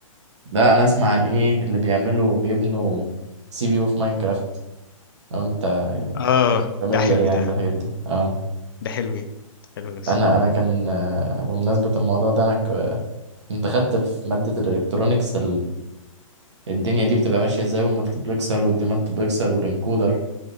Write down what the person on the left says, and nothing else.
اه
ده حلمي
ده
ده حلمي حلمي بس
مم.